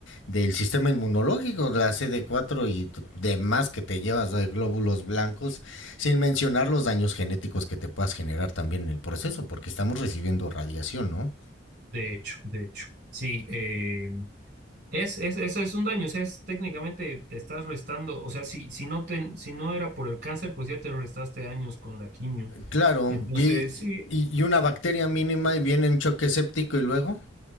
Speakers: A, on the left (about 85°); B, on the right (about 55°).
A: del sistema inmunológico, la cd cuatro y demás que te llevas de glóbulos blancos, sin mencionar los daños genéticos que te puedas generar también en el proceso, porque estamos recibiendo radiación, ¿no?
B: de hecho, de hecho. Sí, eh, es, es, eso es un daño, o sea, es técnicamente te estás restando, o sea, si, si no te, si no era por el cáncer, pues ya te restaste años con la quimio.
A: Claro,
B: Entonces,
A: y,
B: sí,
A: y y una bacteria mínima y viene en choque séptico y luego,